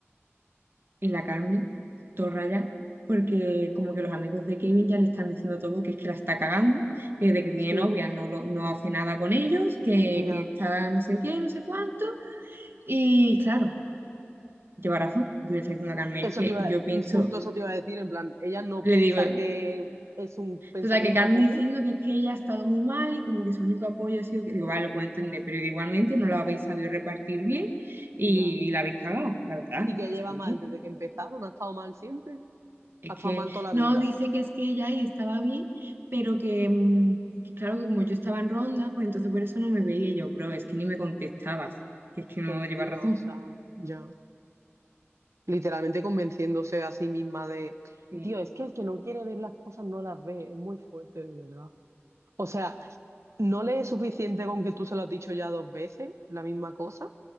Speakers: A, on the right (about 55°); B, on the right (about 90°).
A: En la Carmen, todo raya, porque como que los amigos de Kevin ya le están diciendo todo que es que la está cagando, que de que tiene
B: Sí,
A: novia no, lo- no hace nada con ellos, que,
B: ya.
A: que está no sé qué, no sé cuánto. Y claro, lleva razón. Yo le estoy diciendo a Carmen,
B: Eso
A: es que
B: te iba,
A: yo pienso,
B: justo eso te iba a decir, en plan, ella
A: le
B: no piensa
A: digo.
B: que es un pensamiento
A: Total, que Carmen
B: común
A: diciendo que es que ella ha estado muy mal y como que su único apoyo ha sido que digo, vale, lo puedo entender, pero que igualmente no lo habéis sabido repartir bien y,
B: Ya.
A: y la habéis cagado, la verdad,
B: y
A: las
B: que
A: cosas
B: lleva
A: como
B: mal
A: son.
B: desde que empezaron, ha estado mal siempre,
A: Es
B: ha estado
A: que
B: mal toda la
A: no
B: vida.
A: dice que es que ella ahí estaba bien, pero que, mm, que claro que como yo estaba en ronda, pues entonces por eso no me veía Y yo, bro, es que ni me contestabas, que es que no
B: Qué mentirosa,
A: llevas razón.
B: ya. Literalmente convenciéndose a sí misma de,
A: Y
B: tío, es que el que no quiere ver las cosas no las ve, es muy fuerte, de verdad. O sea, no le es suficiente con que tú se lo has dicho ya dos veces, la misma cosa,